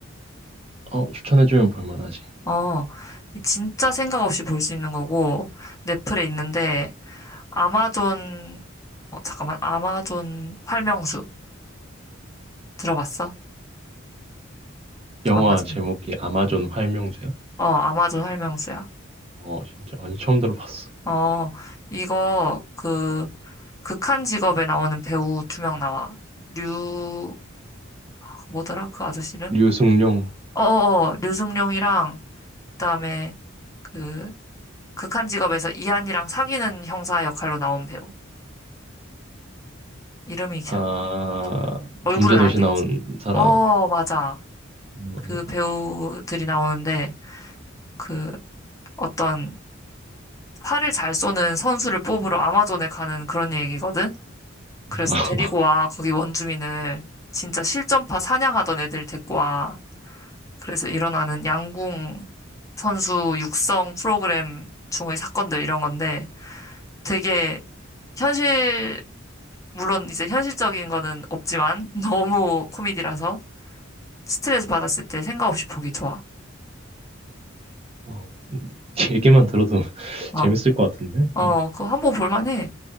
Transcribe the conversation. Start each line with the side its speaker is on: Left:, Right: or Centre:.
Right: 어, 추천해주면 볼만하지.
Left: 어, 진짜 생각 없이 볼 수 있는 거고 넷플에 있는데 아마존, 어, 잠깐만, 아마존 활명수 들어봤어?
Right: 영화
Left: 아마존.
Right: 제목이 아마존 활명제야?
Left: 어, 아마존 설명서야.
Right: 어, 진짜. 아니, 처음 들어봤어.
Left: 어, 이거 그 극한 직업에 나오는 배우 두 명 나와. 류 그 뭐더라? 그 아저씨는?
Right: 류승룡,
Left: 어어어, 류승룡이랑 그다음에 그 극한 직업에서 이한이랑 사귀는 형사 역할로 나온 배우. 이름이 기-
Right: 아,
Left: 기억이 안 나네. 얼굴은
Right: 범죄도시
Left: 알겠지.
Right: 나온 사람.
Left: 어, 맞아.
Right: 어,
Left: 그
Right: 맞아.
Left: 배우들이 나오는데 그 어떤 활을 잘 쏘는 선수를 뽑으러 아마존에 가는 그런 얘기거든. 그래서
Right: 어,
Left: 데리고 와,
Right: <laughs>
Left: 거기 원주민을. 진짜 실전파 사냥하던 애들 데리고 와. 그래서 일어나는 양궁 선수 육성 프로그램 중의 사건들 이런 건데 되게 현실, 물론 이제 현실적인 거는 없지만 <laughs> 너무 코미디라서 스트레스 받았을 때 생각 없이 보기 좋아.
Right: 어, 얘기만 들어도 <laughs>
Left: 어,
Right: 재밌을 것 같은데?
Left: 어,
Right: 어,
Left: 그거 한 번 볼만해.